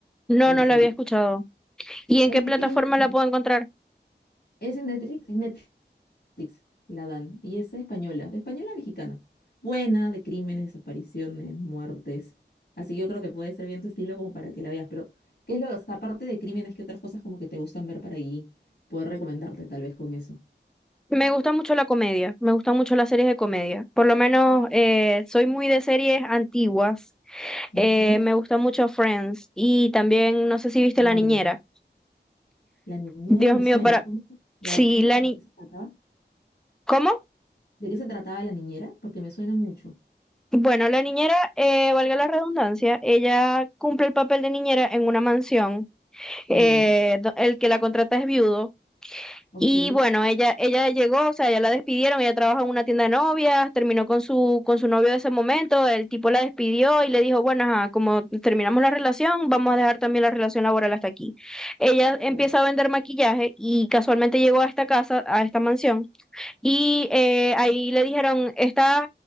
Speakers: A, in the centre; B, on the left (about 60°).
A: No,
B: de la
A: no
B: serie.
A: la había escuchado. ¿Y
B: Es
A: en qué
B: de
A: plataforma
B: crímenes.
A: la puedo encontrar?
B: Es en Netflix, en Netflix la dan. Y es española, española mexicana. Buena, de crímenes, desapariciones, muertes. Así que yo creo que puede ser bien tu estilo como para que la veas. Pero, ¿qué es lo que, o sea, aparte de crímenes, qué otras cosas como que te gustan ver para ahí? Poder recomendarte tal vez con eso.
A: Me gusta mucho la comedia, me gustan mucho las series de comedia. Por lo menos eh, soy muy de series antiguas.
B: Ujú,
A: Eh, me gusta mucho Friends y también no sé si viste
B: Claro.
A: La Niñera.
B: La niñera
A: Dios
B: me
A: mío,
B: suena.
A: para...
B: ¿Cómo, se- la-
A: Sí,
B: cómo
A: la
B: se llama?
A: ni...
B: ¿Se acaba?
A: ¿Cómo?
B: ¿De qué se trataba la niñera? Porque me suena mucho.
A: Bueno, la niñera, eh, valga la redundancia, ella cumple el papel de niñera en una mansión. Eh,
B: Ya,
A: do- el que la contrata es viudo.
B: ok.
A: Y bueno, ella, ella llegó, o sea, ya la despidieron, ella trabaja en una tienda de novias, terminó con su, con su novio de ese momento, el tipo la despidió y le dijo, bueno, ajá, como terminamos la relación, vamos a dejar también la relación laboral hasta aquí. Ella empieza
B: Wow.
A: a vender maquillaje y casualmente llegó a esta casa, a esta mansión, y eh, ahí le dijeron, estás